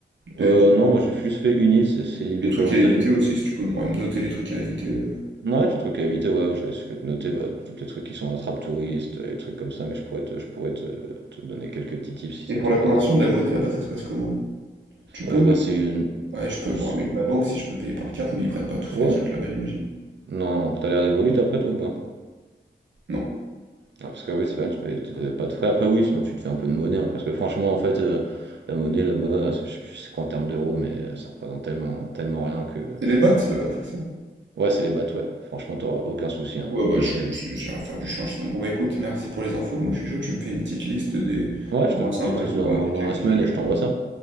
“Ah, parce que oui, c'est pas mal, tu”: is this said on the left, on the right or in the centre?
Right